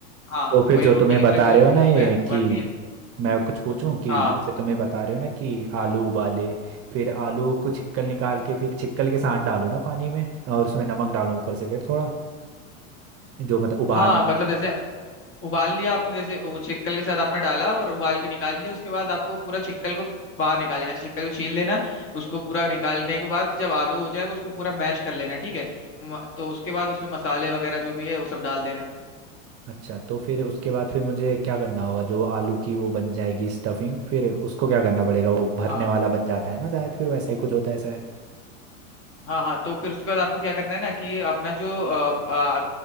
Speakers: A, on the left (about 30°); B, on the right (about 35°).
A: हाँ
B: तो फिर
A: वही
B: जो
A: रोटी
B: तुम्हें
A: की
B: बता
A: तरह बेल
B: रहे हो
A: के
B: ना
A: उसमें
B: ये कि
A: भर दिया
B: मैं कुछ पूछूं कि
A: हाँ
B: जैसे तुम्हें बता रहे हो ना कि आलू उबाले फिर आलू को छिकल निकाल के फिर छिकल के साथ डालूं ना पानी में और उसमें नमक डालूं ऊपर से फिर थोड़ा जो मतलब उबाल
A: हाँ मतलब जैसे उबाल लिया आपने जैसे वो चिक्कल के साथ आपने डाला और उबाल के निकाल लिया उसके बाद आपको पूरा चिक्कल को बाहर निकाल लेना चिक्कल को छील लेना उसको पूरा निकालने के बाद जब आलू हो जाए वो उसको पूरा मैश कर लेना ठीक है म- तो उसके बाद उसमें मसाले वगैरह जो भी है वो सब डाल देना
B: अच्छा तो फिर उसके बाद फिर मुझे क्या करना होगा जो आलू की वो बन जाएगी स्टफिंग फिर उसको क्या करना पड़ेगा वो भरने
A: हाँ
B: वाला बन जाता है ना शायद फिर वैसा ही कुछ होता है शायद
A: हाँ हाँ तो फिर उसके बाद आपको क्या करना है ना कि ये अपना जो अ, आ-